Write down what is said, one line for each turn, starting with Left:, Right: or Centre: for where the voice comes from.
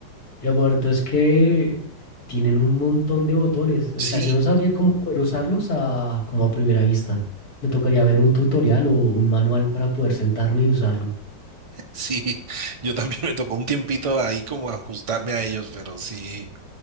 Left: Y lo bonito es que tienen un montón de botones. O
Right: Sí.
Left: sea, yo no sabría cómo poder usarlos a, como a primera vista. Me tocaría ver un tutorial o un manual para poder sentarme y usarlo.
Right: Sí, yo también me tocó un tiempito ahí como ajustarme a ellos, pero sí,